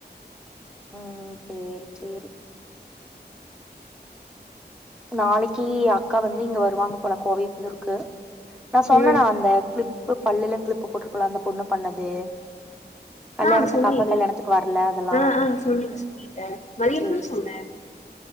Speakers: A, in the centre; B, on the left (about 40°).
A: உம் சேரி சேரி நாளைக்கி அக்கா வந்து இங்க வருவாங்க போல கோவை புதூருக்கு நா சொன்னனா
B: ம்
A: அந்த க்ளிப் ப்பு பல்லுல க்ளிப்பு போட்ருக்கும்ல அந்த பொண்ணு பண்ணது கல்யாணத்துக்கு
B: ஆ சொன்னில
A: அக்கா கல்யாணத்துக்கு வரல அதெல்லா
B: ஆ ஆ சொன்னில சொன்னில மதியான
A: சேரி
B: தான சொன்னே
A: சேரி